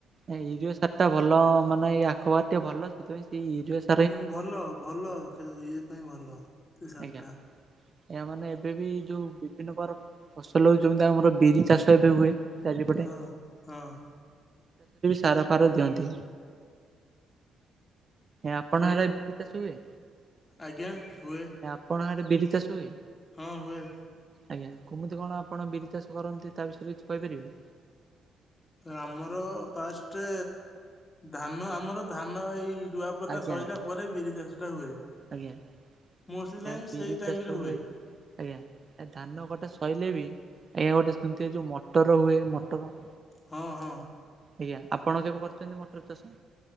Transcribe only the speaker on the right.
ୟୁରିଆ ସାରଟା ଭଲ। ମାନେ ଏଇ ଆଖୁପାଇଁ ଟିକେ ଭଲ ସେଥିପାଇଁ ୟୁରିଆସାର।
ଆଜ୍ଞା। ଏହା ମାନେ ଏବେ ବି ଯୋଉ ବିଭିନ୍ନ ପ୍ରକାର ଫସଲ ଯେମିତି ଆମର ବିରି ଚାଷ ଏବେ ହୁଏ। ଚାରି ପଟେ।
ସାର ଫାର ଦିଅନ୍ତି। ଆପଣଙ୍କ
ଆଡେ ଆଖୁ ଚାଷ ହୁଏ।
ଆପଣଙ୍କ ଆଡ଼େ ବିରି ଚାଷ ହୁଏ।
ଆଜ୍ଞା କେମିତି କଣ ଆପଣ ବିରି ଚାଷ କରନ୍ତି। ତା ବିଷୟରେ କିଛି କହିପାରିବେ।
ଆଜ୍ଞା
ଆଜ୍ଞା।
ଆଜ୍ଞା
ବିରି
ଚାଷ
ହୁଏ ଆଜ୍ଞା। ଧାନ କଟା ସ। ସରିଲେ ବି ଆଜ୍ଞା ଗୋଟେ ଶୁଣିଥିବେ ଯୋଉ ମଟର ହୁଏ। ମଟର।
ଆଜ୍ଞା। ଆପଣ କେବେ କରିଛନ୍ତି ମଟର ଚାଷ।